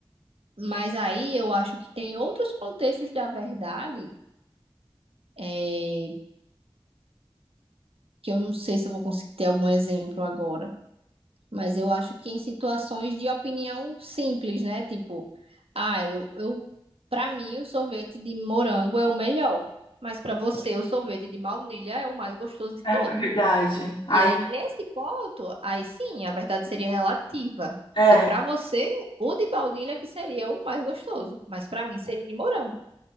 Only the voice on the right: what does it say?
Mas aí eu acho que tem outros contextos da verdade, é, que eu não sei se eu vou conseguir ter algum exemplo agora. Mas eu acho que em situações de opinião simples, né? Tipo, ah, eu, eu para mim o sorvete de morango é o melhor, mas para você o sorvete de baunilha é o mais gostoso de
todo.
E aí nesse ponto, aí sim, a verdade seria relativa,
porque para você o de baunilha que seria o mais gostoso, mas para mim seria o de morango.